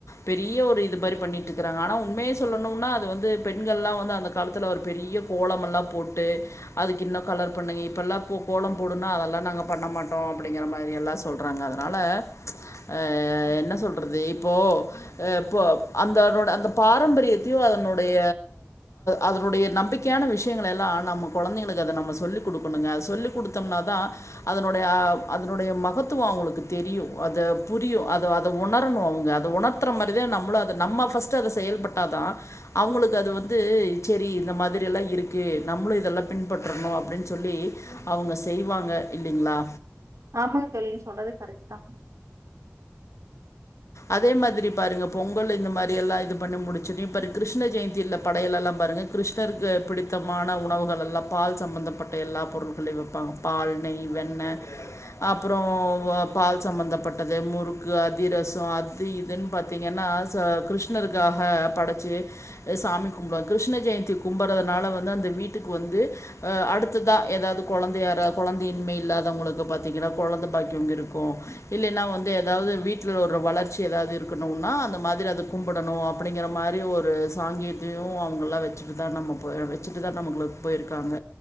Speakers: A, on the left; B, on the right.
A: பெரிய ஒரு இது மாதிரி பண்ணிட்டு இருக்கறாங்க ஆனா உண்மைய சொல்லணும்னா அது வந்து பெண்கள்லா வந்து அந்த தலத்துல ஒரு பெரிய கோலமெல்லா போட்டு அதுக்கு இன்னூ கலர் பண்ணுங்க இப்பெல்லா போ கோலம் போடுன்னா அதெல்லா நாங்க பண்ண மாட்டோ அப்படிங்கிற மாதிரி எல்லா சொல்றாங்க அதனால அ என்ன சொல்றது இப்போ அ இப்ப ‌அந்தனேட பாரம்பரியத்தையூ அதனுடைய அத் அனுடைய நம்பிக்கை யான விஷயங்களலெல்லா நம்ம குழந்தைங்களுக்கு அத நம்ம சொல்லி் கொடுக்கணுங்க அத சொல்லிக் கொடுத்தோம்னா தா அதனுடைய அதனுடைய மகத்துவே அவங்களுக்கு தெரியும் அத புரியும் அத அதை உணரணும் அவங்க அத உணர்த்த வளத்தர மாதிரி தா நம்மளூ நம்ம ஃபர்ஸ்ட் அத செயல்பட்டாதா அவங்களுக்கு அது வந்து செரி இந்த மாதிரியல்லா இருக்கு நம்மளூ இதெல்லா பின்பற்றறனூ அப்படின் சொல்லி அவங்க செய்வாங்க இல்லிங்களா
B: ஆமாங்க தோழி சொன்னது கரெக்ட் தா
A: அதே மாதிரி பாருங்க பொங்கல் இந்த மாதிரி எல்லா இது பண்ணி முடிச்சுட்னே பாரு கிருஷ்ண ஜெயந்தியில படையலெல்லா பாருங்க கிருஷ்ணருக்கு பிடித்தமான உணவுகள் எல்லா பால் சம்பந்தப்பட்ட எல்லா பொருள்களையூ வைப்பாங்க பால் நெய் வெண்ணெ அப்புறோ வோ பால் சம்பந்தப்பட்டது முறுக்கு அதிரஸ் ஸோ அது இதுன்னு பார்த்திங்கன்னா ஆ செ கிருஷ்ணருக்காக படைச்சி சாமி கும்பிடோங் கிருஷ்ண ஜெயந்தி கும்பறதுனால வந்து அந்த வீட்டுக்கு வந்து அ அடுத்ததா ஏதாவது குழந்தைய யார குழந்தையின்மைே இல்லாதவங்களுக்கு பார்த்தீங்கன்னா குழந்தை பாக்கியே இருக்கூ இல்லனா வந்து எதாவது வீட்ல ஒ ஒரு வளர்ச்சி ஏதாவது இருக்கணும்னா அந்த மாதிரி அது கும்பிடணூ அப்படிங்கிற மாரி ஒரு சாங்கீத்தையூ அவங்கள்லா வெச் வச்சுட்டு தா நம்ம போயிர் வச்சுட்டு தா நம்மளுக்கு போயிருக்காங்க